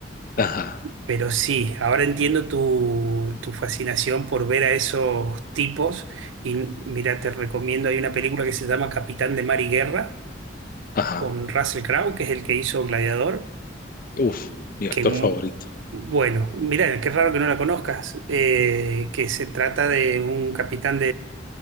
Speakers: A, on the left; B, on the right.
A: Ajá,
B: Pero sí, ahora entiendo tu, tu fascinación por ver a esos tipos. Y mira, te recomiendo, hay una película que se llama Capitán de Mar y Guerra,
A: ajá,
B: con Russell Crowe, que es el que hizo Gladiador,
A: uf, mi
B: que,
A: actor
B: mu-
A: favorito.
B: bueno, mira, qué raro que no la conozcas, eh, que se trata de un capitán